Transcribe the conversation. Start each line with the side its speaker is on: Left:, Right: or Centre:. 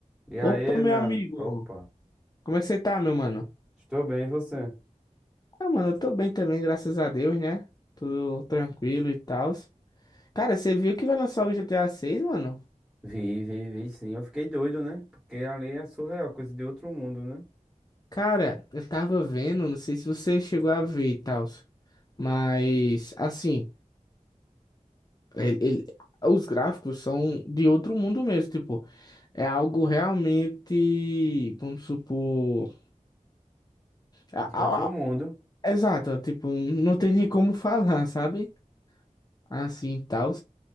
Centre: E aí,
Left: Opa, meu
Centre: minha.
Left: amigo.
Centre: Opa,
Left: Como é que você tá, meu mano?
Centre: estou bem, e você?
Left: Ah, mano, eu tô bem também, graças a Deus, né? Tudo tranquilo e tal. Cara, você viu que vai lançar o GTA seis, mano?
Centre: Vi, vi, vi, sim. Eu fiquei doido, né? Porque ali é surreal, coisa de outro mundo, né?
Left: Cara, eu tava vendo, não sei se você chegou a ver e tal, mas assim, ele- ele- os gráficos são de outro mundo mesmo, tipo, é algo realmente, vamos supor, a-
Centre: De outro
Left: a- a-
Centre: mundo.
Left: exato, tipo, não tem nem como <laughs> falar, sabe? Assim, e tal.